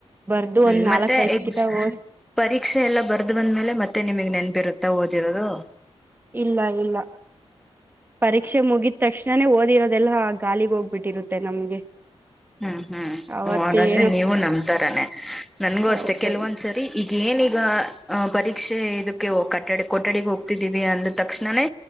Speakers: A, on the right (about 20°); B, in the centre.
A: ಬರ್ದು
B: ಹ್ಮ್
A: ಒಂದ್ ನಾಲ್ಕೈದ್
B: ಮತ್ತೆ ಎ
A: ಕಿತ ಓದ್
B: ಪರೀಕ್ಷೆ ಎಲ್ಲ ಬರ್ದು ಬಂದ್ಮೇಲೆ ಮತ್ತೆ ನಿಮಗ್ ನೆನ್ಪಿರು <unintelligible> ಓದಿರೋದು
A: ಇಲ್ಲ ಇಲ್ಲ ಪರೀಕ್ಷೆ ಮುಗಿದ ತಕ್ಷಣನೇ ಓದಿರೋದು ಅದೆಲ್ಲ ಗಾಲಿಗೆ ಹೋಗ್ಬಿಟ್ಟಿರುತ್ತೆ ನಮ್ಗೆ
B: ಹ್ಮ್ ಹ್ಮ್
A: ಅವತ್ತ
B: ಹಾಗಾದ್ರೆ
A: ಏನು
B: ನೀವು ನಮತಾರನೆ ನನ್ಗೂ ಅಷ್ಟೆ
A: ಹೌದೌದು
B: ಕೆಲವೊಂದ್ಸರಿ ಈಗ ಏನೀಗ ಅಹ ಪರೀಕ್ಷೆ ಇದಕ್ಕೆ ಕಟ್ಟಡ ಕೊಠಡಿಗೆ ಹೋಗ್ತಿದ್ದೀವಿ ಅಂದ ತಕ್ಷಣನೇ